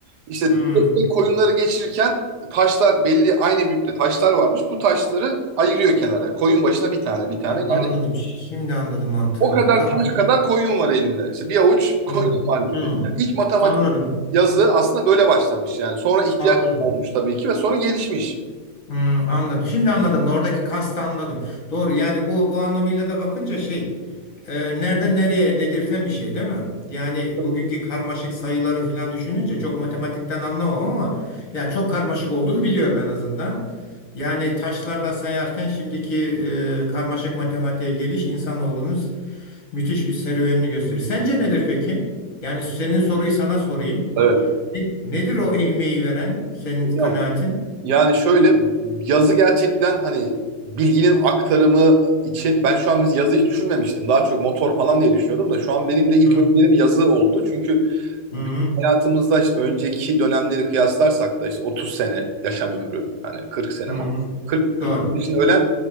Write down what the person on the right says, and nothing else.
İşte
tek tek coin'ları geçirirken taşlar belli aynı büyüklükte taşlar varmış. Bu taşları ayırıyor kenara. koyun başına bir tane bir tane.
Yani
o kadar
taş kadar coin'um var elinde. İşte bir avuç <laughs> coin'um
var gibi.
Yani ilk matematik
yazı aslında böyle başlamış. Yani sonra ihtiyaç
olmuş tabii ki ve sonra gelişmiş.
Tabii.
Evet.
Hocam
Yani şöyle yazı gerçekten hani bilginin aktarımı için ben şu an mesela yazı hiç düşünmemiştim. Daha çok motor falan diye düşünüyordum da şu an benim de ilk
önerim yazı oldu. Çünkü bizim
hayatımızda işte önceki dönemleri kıyaslarsak da işte 30 sene yaşam ömrü hani 40 sene
maksimum. 40 40
yaşında ölen